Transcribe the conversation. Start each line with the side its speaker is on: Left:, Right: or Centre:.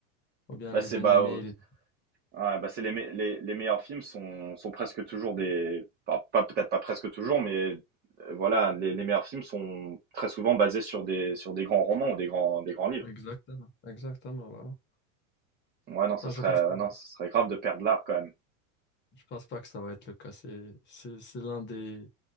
Left: Ou bien
Right: Bah,
Left: les
Right: c'est
Left: animés,
Right: bah, euh,
Left: les trucs.
Right: ouais, bah, c'est les, me- les, les meilleurs films sont, sont presque toujours des. enfin, pas, peut-être pas presque toujours, mais euh, voilà, les, les meilleurs films sont très souvent basés sur des, sur des grands romans ou des grands, des grands livres.
Left: Exactement. Exactement, voilà.
Right: Ouais, non, ce
Left: Non,
Right: serait,
Left: je pense
Right: ah
Left: pas,
Right: non, ce serait grave de perdre l'art quand même.
Left: je pense pas que ça va être le cas. C'est, c'est, c'est l'un des,